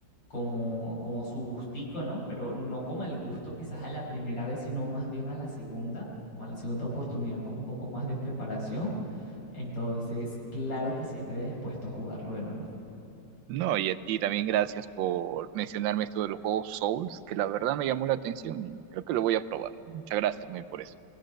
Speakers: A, on the left; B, on the right.
A: como, como su gustico, ¿no? Pero no como el gusto quizás a la primera vez, sino más bien a la segunda, como a la segunda oportunidad con un poco más de preparación. Entonces, claro que sí estaría dispuesto a jugarlo de nuevo.
B: No, y a ti también gracias por mencionarme esto de los juegos Souls, que la verdad me llamó la atención y creo que lo voy a probar. Muchas gracias, muy por eso.